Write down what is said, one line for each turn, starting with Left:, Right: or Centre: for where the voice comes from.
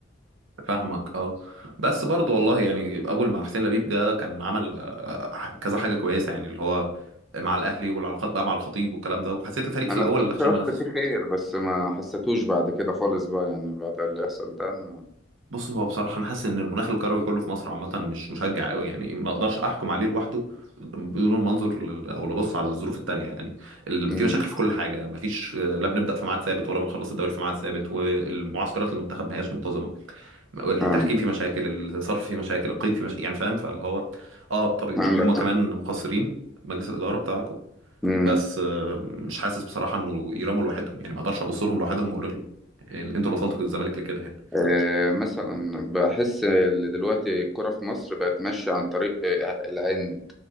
Right: فاهمك اه بس برضو والله يعني اول ما حسين لبيب جه كان عمل آه، كذا حاجة كويسة يعني اللي هو مع الاهلي والعلاقات بقى مع الخطيب والكلام ده وحسيت الفريق في
Centre: انا
Right: الاول
Centre: استشرت
Right: اللي خشم نفسه
Centre: فيه خير بس ما حسيتوش بعد كده خالص بقى يعني بعد اللي يحصل ده ما
Right: بص هو بصراحة أنا حاسس إن المناخ الكروي كله في مصر عامة مش مشجع أوي يعني ما أقدرش أحكم عليه لوحده بدون المنظر لل- أو لبص على الظروف التانية يعني ال-
Centre: امم
Right: في مشاكل في كل حاجة ما فيش لا بنبدأ في ميعاد ثابت ولا بنخلص الدوري في ميعاد ثابت والمعسكرات المنتخب ما هياش منتظمة التحكيم
Centre: فعلا
Right: فيه مشاكل الصرف فيه مشاكل القيد فيه مشاكل يعني فاهم فاللي هو أه طب هما
Centre: عندك
Right: كمان
Centre: حق.
Right: مقصرين مجلس الإدارة بتاعكم
Centre: امم
Right: بس آه، مش حاسس بصراحة إنه يلاموا لوحدهم يعني ما أقدرش أبص لهم لوحدهم وأقول ال- ال- أنتوا اللي وصلتوا الزمالك لكده يعني
Centre: آه مثلا بحس ان دلوقتي الكرة في مصر بقت ماشية عن طريق آه العند